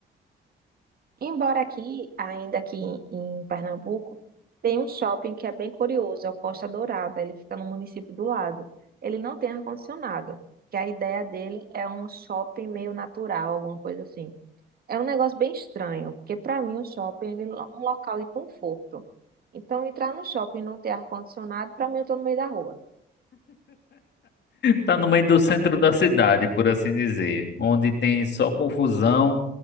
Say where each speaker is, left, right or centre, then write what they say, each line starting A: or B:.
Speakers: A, on the right; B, on the left.
A: Embora aqui, ainda aqui em Pernambuco, tem um shopping que é bem curioso, é o Costa Dourada, ele fica no município do lado. Ele não tem ar-condicionado, que a ideia dele é um shopping meio natural, alguma coisa assim. É um negócio bem estranho, porque para mim o shopping ele é um local de conforto. Então, entrar no shopping e não ter ar-condicionado, para mim eu estou no meio da rua.
B: Tá no meio do centro da cidade, por assim dizer, onde tem só confusão,